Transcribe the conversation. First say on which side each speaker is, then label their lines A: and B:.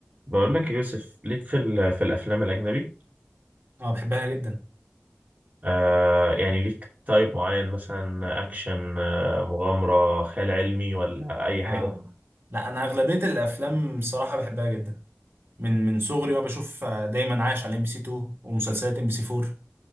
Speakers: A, on the right; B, on the right.
A: بقول لك يا يوسف ليك في ال- في الافلام الاجنبي
B: اه بحبها جدا
A: آه يعني ليك تايب معين مثلا اكشن آه مغامره خيال علمي ولا اي حاجه
B: اه لا انا اغلبيه الافلام صراحه بحبها جدا من من صغري وانا بشوف آه، دايما عايش على ام بي سي 2 ومسلسلات ام بي سي 4